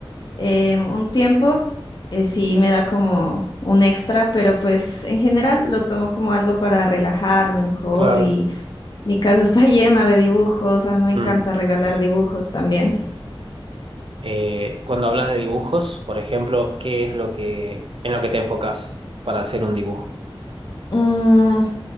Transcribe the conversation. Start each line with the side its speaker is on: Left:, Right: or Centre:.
Left: eh, un tiempo, eh, sí me da como un extra, pero pues en general lo tomo como algo para relajarme, un hobby.
Right: claro.
Left: Mi casa está <laughs> llena de dibujos, a mí me encanta
Right: Mm.
Left: regalar
Right: sí, sí.
Left: dibujos también.
Right: Eh, cuando hablas de dibujos, por ejemplo, ¿qué es lo que en lo que te enfocas para hacer un dibujo?
Left: Mm,